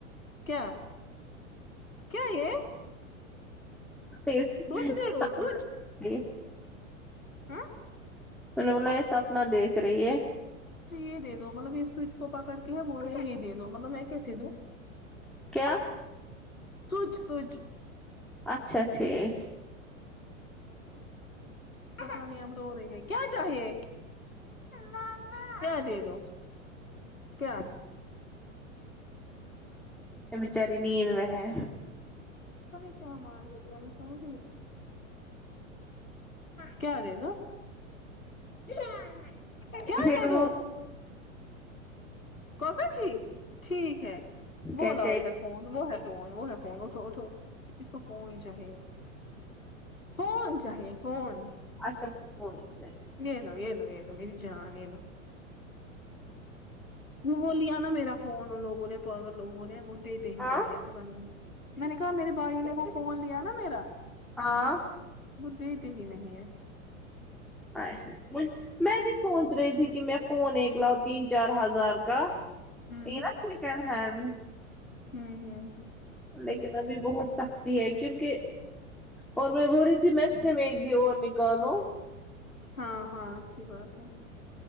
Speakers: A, on the left (about 85°); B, in the centre.
A: کیا کیا یہ
B: <unintelligible>
A: سوچ دے دو سوچ ہاں
B: میں نے بولا یہ سپنا دیکھ رہی ہے
A: جی یہ دے دو مطلب اس کو اس کو پکڑ کے ہے وہ ہے یہ دیدو مطلب میں کیسے دوں
B: کیا
A: تچ سچ
B: اچھا ٹھیک
A: پتا نہیں اب رو رہی ہیں کیا چاہئے مما کیا دے دو کیا
B: یہ بچاری نیند میں ہے
A: پتہ نہیں کیا مانگے گے ہمیں سمجھ نہیں کیا دے دو کیا
B: ضرور
A: دے دوں کوکا جی ٹھیک ہے وہ
B: کیا چاہیے
A: لاؤ ادھر فون وہ ہے فون وہ ہے فون اٹھو اٹھو اس کو فون چاہیے فون چاہیے فون
B: اچھا فون چاہیے
A: نے لو یہ لو یہ لو میری جان یہ لو وہ وہ لیا نہ میرا فون ان لوگوں نے پاگل لوگوں نے وہ د یتے ہی
B: ہاں
A: نہیں ہے پتا نہیں میں نے کہا میری بھائیوں نے وہ فون لیا نہ میرا
B: ہاں
A: وہ دیتے ہی نہیں ہے
B: ہاے <unintelligible> میں بھی سوچ رہی تھی کہ میں فون ایک لاؤ تین چار ہزار کا
A: ہوں
B: یہ نہ سیکنڈ ہینڈ
A: ہوں ہوں
B: لیکن ابھی بہت سختی ہے کیونکہ اور میں بول رہی تھی میں سیم ایک بھی اور نکالوں
A: ہاں ہاں اچھی بات ہے